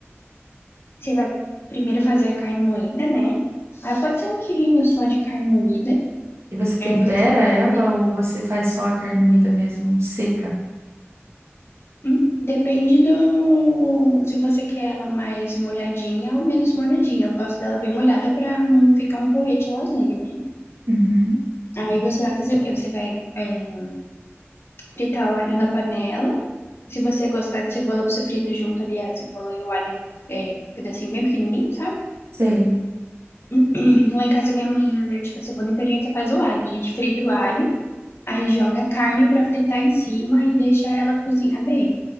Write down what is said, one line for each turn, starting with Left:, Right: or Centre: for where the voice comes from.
Left: Você vai primeiro fazer a carne moída, né? Aí pode ser um quilinho só de carne moída.
Right: E você tempera
Left: Aí você vai.
Right: ela ou você faz só a carne moída mesmo, seca?
Left: hum, Depende do. Se você quer ela mais molhadinha ou menos molhadinha. Eu gosto dela bem molhada pra não ficar um porrete lasanha, né?
Right: Uhum.
Left: Aí você vai fazer o quê? Você vai é, fritar o alho na panela. Se você gostar de cebola, você frita junto ali a cebola e o alho, é, um pedacinho bem pequenininho, sabe?
Right: Sei,
Left: <clears throat> Lá em casa minha mãe é alérgica à cebola, então a gente só faz o alho. A gente frita o alho. Aí joga a carne para fritar em cima e deixa ela cozinhar bem,